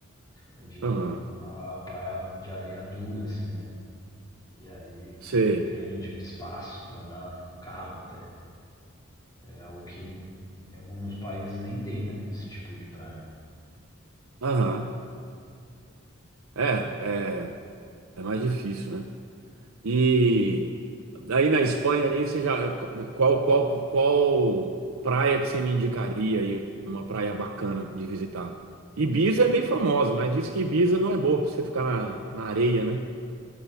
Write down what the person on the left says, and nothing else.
De,
a, a praia de areia dura, assim, né? E aí,
e grande espaço para andar carro até. É algo que em alguns países nem tem, né? Esse tipo de praia.